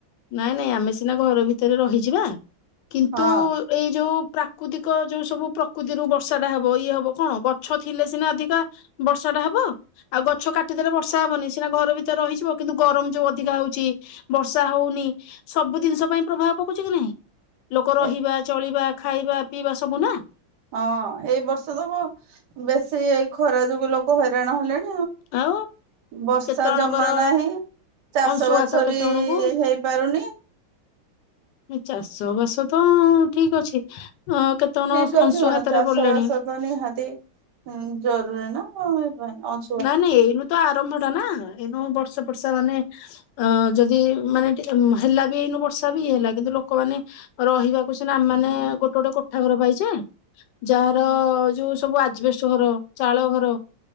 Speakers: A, on the left (about 70°); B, on the right (about 65°).
A: ନାଇଁ ନାଇଁ ଆମେ ସିନା ଘର ଭିତରେ ରହିଯିବା କିନ୍ତୁ
B: ହଁ
A: ଏଇ ଯୋଉ ପ୍ରାକୃତିକ ଯୋଉ ସବୁ ପ୍ରକୃତିରୁ ବର୍ଷା ଟା ହବ ଇଏ ହବ କଣ ଗଛ ଥିଲେ ସିନା ଅଧିକା ବର୍ଷା ଟା ହବ ଆଉ ଗଛ କାଟିଦେଲେ ବର୍ଷା ହବନି ସିନା ଘର ଭିତରେ ରହିଯିବ କିନ୍ତୁ ଗରମ ଯୋଉ ଅଧିକା ହଉ ଚି ବର୍ଷା ହଉନି ସବୁ ଦିନ୍ସ ପାଇଁ ପ୍ରଭାବ ପକୋଉଚି କି ନାଇଁ? ଲୋକ ରହିବା
B: ଏ
A: ଚଳିବା ଖାଇବା ପିଇବା ସବୁ ନା।
B: ହଁ ଏଇ ବର୍ଷ ତ କଣ ବେଶୀ ଏଇ ଖରା ଯୋଗୁ ଲୋକ ହଇରାଣ ହେଲେଣି।
A: ଆଉ।
B: ବର୍ଷା
A: କେତେ ଅଣଙ୍କର
B: ଜମା ନାହିଁ। ଚାଷ
A: ଅଂଶୁଘାତ
B: ବାସ ବି
A: କେତେ ଅଣଙ୍କୁ।
B: ହେଇପାରୁନି
A: ଚାଷ ବାସ ତ ଠିକ୍ ଅଛି, ଅ କେତେ ଅଣ
B: ଠିକ ଅଛି
A: ଅଂଶୁଘାତରେ
B: କଣ ଚାଷ
A: ପଡ଼ିଲେଣି।
B: <unintelligible> ନିହାତି ଜରୁରୀ ନା ଆମ ପାଇଁ ଅ
A: ନାଇଁ-ନାଇଁ ଏଇନୁ ତ ଆରମ୍ଭ ଟା ନା, ଏଇନୁ ବର୍ଷା ଫର୍ଷା ମାନେ ଅଁ ଯଦି ମାନେ ଟିକେ ହେଲା ବି ଏଇନୁ ବର୍ଷା ବି ହେଲା କିନ୍ତୁ ଲୋକମାନେ ରହିବାକୁ ସିନା ଆମ୍ ମାନେ ଗୋଟେ-ଗୋଟେ କୋଠା ଘର ପାଇଚେ ଯାହାର ଯୋଉ ସବୁ ଆଜବେଷ୍ଟ ଘର ଚାଳ ଘର